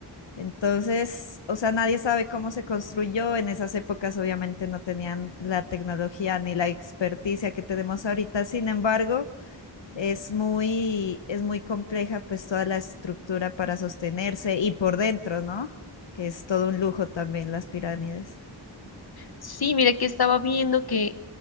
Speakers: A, on the left; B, on the left.
A: Entonces, o sea, nadie sabe cómo se construyó. En esas épocas obviamente no tenían la tecnología ni la experticia que tenemos ahorita. Sin embargo, es muy, es muy compleja pues toda la estructura para sostenerse y por dentro, ¿no? Que es todo un lujo también las pirámides.
B: Sí, mire que estaba viendo que,